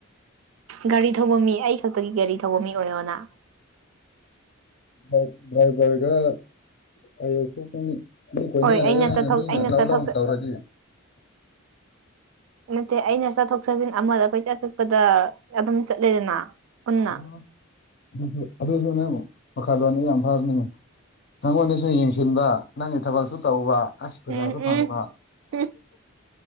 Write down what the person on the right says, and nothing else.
ꯒꯥꯔꯤ ꯊꯧꯕ ꯃꯤ ꯑꯩ ꯈꯛꯇꯒꯤ ꯒꯥꯔꯤ ꯊꯧꯕ ꯃꯤ ꯑꯣꯏꯌꯣꯅ
ꯍꯣꯏ ꯑꯩꯅ
ꯆꯠꯊꯣꯛ
ꯑꯩꯅ
ꯆꯠꯊꯣꯛ
<inaudible> ꯅꯠꯇꯦ ꯑꯩꯅ ꯆꯠꯊꯣꯛ ꯆꯠꯖꯤꯟ ꯑꯃꯗ ꯀꯣꯢꯆꯠ ꯆꯠꯄꯗ ꯑꯗꯨꯝ ꯆꯠꯂꯦꯗꯅ ꯄꯨꯟꯅ
ꯎꯝ
ꯎꯝ ꯎꯝ